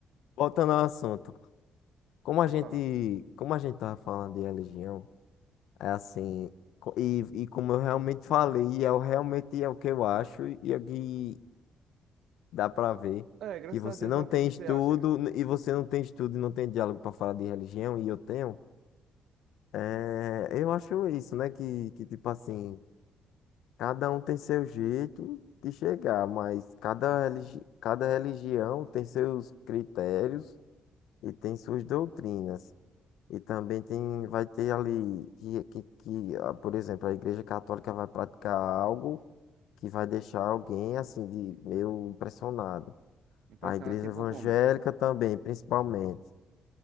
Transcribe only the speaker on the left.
voltando ao assunto. Como a
gente,
como a gente tava falando de religião, é assim, co- e, e como eu realmente falei, e eu realmente é o que eu acho e é o que dá pra ver
que você
não
tem
estudo
e você não tem estudo e não tem diálogo pra falar de religião e eu tenho. É, eu acho isso, né? Que, que tipo assim, cada um tem seu jeito de chegar, mas cada, religi cada religião tem seus critérios e tem suas doutrinas. E também tem, vai ter ali que, que, que, ah, por exemplo, a Igreja Católica vai praticar algo que vai deixar alguém assim de meio impressionado.
A Igreja
Evangélica
também, principalmente.